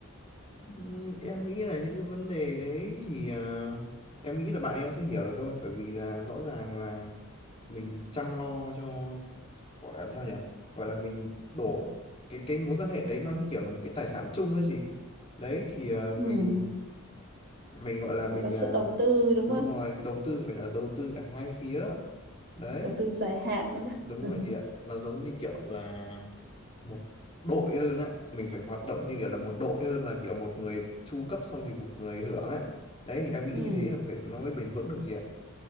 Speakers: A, on the left; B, on the right.
A: Ừm, em nghĩ là những cái vấn đề đấy thì à, em nghĩ là bạn em sẽ hiểu được thôi bởi vì là rõ ràng là mình chăm lo cho gọi là sao nhỉ gọi là mình đổ cái cái mối quan hệ đấy nó như kiểu là một cái tài sản chung ấy chị đấy thì à, mình
B: ừ.
A: mình gọi là mình
B: mình có sự
A: à,
B: đầu tư đúng
A: đúng
B: không
A: rồi đầu tư phải là đầu tư cả hai phía đấy
B: đầu tư dài hạn đó.
A: đúng
B: <laughs>
A: rồi chị ạ nó giống như kiểu là một đội hơn á mình phải hoạt động như kiểu là một đội hơn là kiểu một người chu cấp xong thì một người hưởng á đấy thì em nghĩ
B: ừ.
A: như thế là phải nó mới bền vững được chị ạ